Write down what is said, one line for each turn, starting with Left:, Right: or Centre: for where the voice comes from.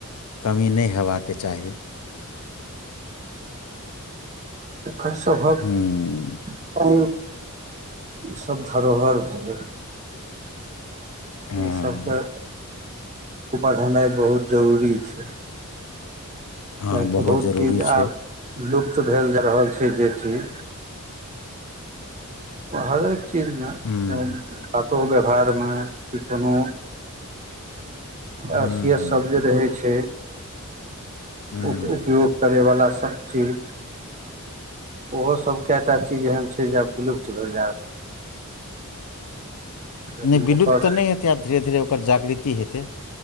Left: कमी नहि हेबाक चाही
Right: एकर सभक
Left: हूँ
Right: प ईसभ धरोहर भेलै
Left: हँ
Right: ई सबके उपर होनाइ बहुत जरूरी छै
Left: हँ
Right: किएकि तऽ बहुत
Left: जरूरी
Right: चीज
Left: छै
Right: आब लुप्त भेल जा रहल छै जे चीज हरेक चीजमे
Left: हूँ
Right: बातो व्यवहारमे कि कोनो
Left: हूँ
Right: असियतसभ
Left: हूँ
Right: जे
Left: हूँ
Right: रहै छै
Left: हूँ
Right: उ उपयोग करैवला सब चीज ओहो सब कएटा चीज एहन छै जे आब विलुप्त भेल जाय लेकिन
Left: नहि विलुप्त
Right: ओकर
Left: त न नहि हेते आब धीरे धीरे ओकर जागृति हेते